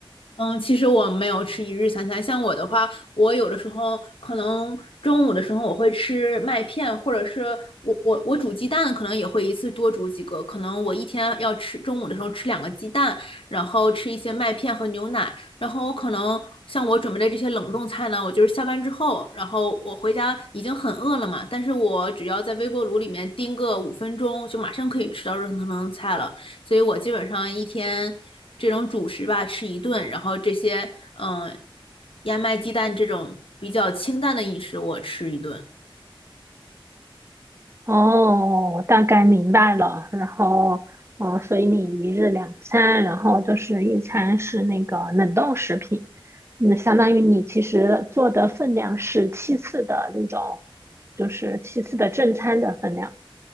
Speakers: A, on the left; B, on the right.
A: 嗯，其实我没有吃一日三餐。像我的话，我有的时候可能中午的时候我会吃麦片，或者是我我我煮鸡蛋，可能也会一次多煮几个。可能我一天要吃中午的时候吃两个鸡蛋，然后吃一些麦片和牛奶。然后我可能像我准备的这些冷冻菜呢，我就是下班之后，然后我回家已经很饿了嘛，但是我只要在微波炉里面叮个五分钟，就马上可以吃到热腾腾的菜了。所以我基本上一天这种主食吧吃一顿，然后这些嗯、呃燕麦鸡蛋这种比较清淡的饮食我吃一顿。
B: 哦，大概明白了。然后，哦，所以你一日两餐，然后就是一餐是那个冷冻食品，那相当于你其实做的分量是七次的那种，就是七次的正餐的分量。